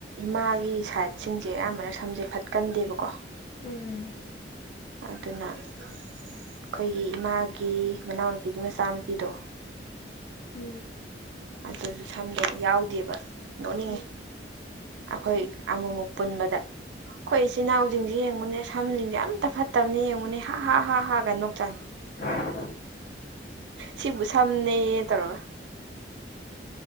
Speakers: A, on the right; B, on the left.
A: ꯏꯃꯥꯒꯤ ꯁꯥꯏꯠ ꯁꯤꯡꯁꯦ ꯑꯌꯥꯝꯕꯅ ꯁꯝꯁꯦ ꯐꯠꯀꯟꯗꯦꯕꯀꯣ
B: ꯎꯝ
A: ꯑꯗꯨꯅ ꯑꯩꯈꯣꯏꯒꯤ ꯏꯃꯥꯒꯤ ꯃꯅꯥꯎꯅꯨꯄꯤꯒꯤ ꯃꯆꯥꯅꯨꯄꯤꯗꯣ
B: ꯎꯝ
A: ꯑꯗꯨꯁꯨ ꯁꯝꯗꯣ ꯌꯥꯎꯗꯦꯕ ꯅꯣꯛꯅꯤꯡꯉꯦ
B: ꯎꯝ
A: ꯑꯩꯈꯣꯏ ꯑꯃꯨꯛꯃꯨꯛ ꯄꯨꯟꯕꯗ ꯑꯩꯈꯣꯏ ꯏꯆꯤꯜ ꯏꯅꯥꯎꯁꯤꯡꯁꯤ ꯌꯦꯡꯉꯨꯅꯦ ꯁꯝꯁꯤꯡꯁꯦ ꯑꯝꯇ ꯐꯠꯇꯕꯅꯦ ꯌꯦꯡꯉꯨꯅꯦ ꯍꯥ ꯍꯥ ꯍꯥꯒ ꯅꯣꯛꯇꯅ
B: <unintelligible>
A: ꯁꯤꯕꯨ ꯁꯝꯅꯦꯌꯦ ꯇꯧꯔꯒ